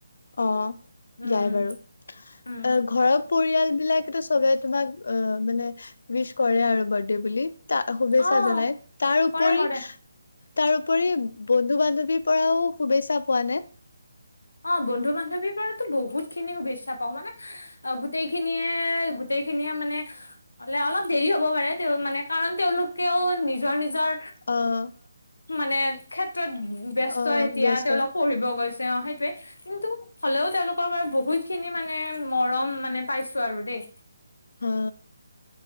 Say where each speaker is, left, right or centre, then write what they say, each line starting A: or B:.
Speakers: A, on the left; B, on the left.
A: অ'।
B: উম
A: যায় বাৰু। অ'
B: উম
A: ঘৰত পৰিয়ালবিলাকেতো সবে তোমাক অ' মানে উইশ কৰে আৰু বাৰ্ডে বুলি। তা- শুভেচ্ছা
B: অ
A: জনায়। তাৰ উপৰি
B: কৰে কৰে
A: তাৰোপৰি বন্ধু-বান্ধৱীৰ পৰাও শুভেচ্ছা পোৱা নে?
B: অ' বন্ধু-বান্ধৱীৰ পৰাতো বহুতখিনি শুভেচ্ছা পাওঁ। মানে অ' গোটেইখিনিয়ে গোটেইখিনিয়ে মানে হ'লে অলপ দেৰি হ'ব পাৰে, তেওঁ মানে কাৰণ তেওঁলোকেও নিজৰ - নিজৰ
A: অ'।
B: মানে খেত ত ব্যস্ত
A: অ'
B: এতিয়া
A: ব্যস্ত
B: তেওঁলোক পঢ়িব গৈছে উম সেই টোৱে কিন্তু হ'লেও তেওঁলোকৰ পৰা বহুত খিনি মানে মৰম মানে পাইছো আৰু দেই।
A: অ